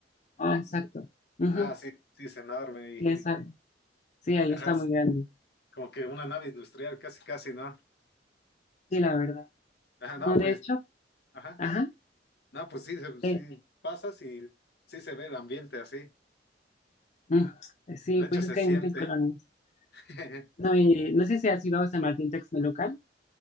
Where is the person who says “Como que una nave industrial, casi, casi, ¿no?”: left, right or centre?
Left